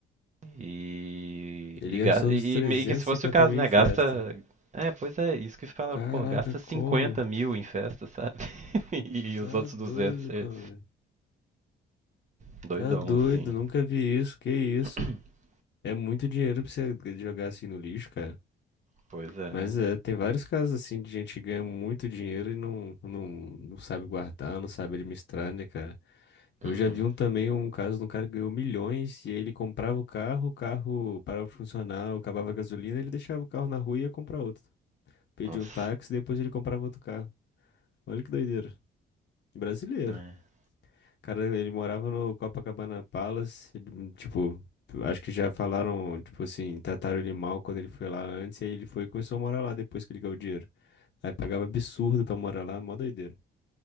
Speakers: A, on the right (about 35°); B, on the left (about 65°).
A: E,
B: Ele
A: e,
B: gastou
A: ga- e-
B: os trezentos
A: e meio que se fosse
B: e cinquenta
A: o caso,
B: mil
A: né?
B: em festa.
A: Gasta. É, pois é, isso que falaram,
B: Caraca,
A: pô, gasta 50
B: como?
A: mil em festa, sabe? <laughs> E,
B: Tá
A: os outros
B: doido,
A: 200 você...
B: cara.
A: doidão,
B: Tá doido.
A: assim.
B: Nunca vi isso. Que isso?
A: <clears throat>
B: É muito dinheiro pra você jogar assim no lixo, cara.
A: Pois é,
B: Mas
A: né?
B: é, tem vários casos assim de gente que ganha muito dinheiro e não, não, não sabe guardar, não sabe administrar, né, cara? Eu
A: Uhum.
B: já vi um também, um caso de um cara que ganhou milhões e aí ele comprava o carro, o carro parava de funcionar, acabava a gasolina, ele deixava o carro na rua e ia comprar outro. Pedia
A: Nossa.
B: um táxi, depois ele comprava outro carro. Olha que doideira. Brasileiro.
A: É.
B: Cara, ele morava no Copacabana Palace, ele, tipo, acho que já falaram, tipo assim, trataram ele mal quando ele foi lá antes, e aí ele foi e começou a morar lá depois que ele ganhou o dinheiro. Aí pagava absurdo pra morar lá, mó doideira.